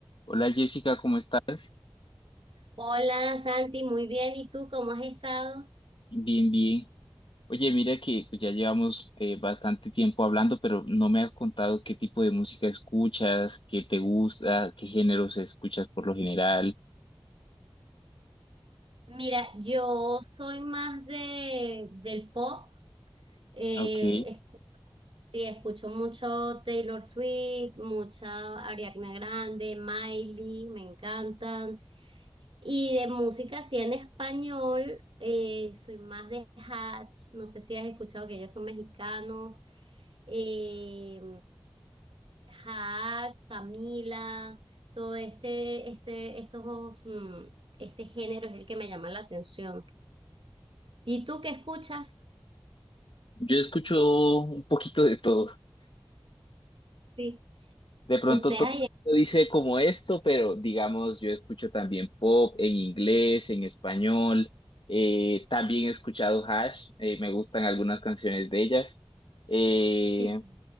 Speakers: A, on the left; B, on the right.
A: Hola Jessica, ¿cómo estás?
B: Hola Santi, muy bien. ¿Y tú cómo has estado?
A: Bien, bien. Oye, mira que pues, ya llevamos eh, bastante tiempo hablando, pero no me has contado qué tipo de música escuchas, qué te gusta, qué géneros escuchas por lo general.
B: Mira, yo soy más de, del pop. Eh,
A: Ok,
B: escu- sí, escucho mucho Taylor Swift, mucha Ariana Grande, Miley, me encantan. Y de música así en español, eh, soy más de Hash. No sé si has escuchado que ellos son mexicanos. Eh, Hash, Camila, todo este, este, estos, mm, este género es el que me llama la atención. ¿Y tú qué escuchas?
A: yo escucho un poquito de todo.
B: Sí,
A: De pronto
B: ustedes
A: todo
B: ahí.
A: el mundo dice como esto, pero digamos, yo escucho también pop en inglés, en español. Eh, también he escuchado Hash, eh, me gustan algunas canciones de ellas. Eh,
B: Sí,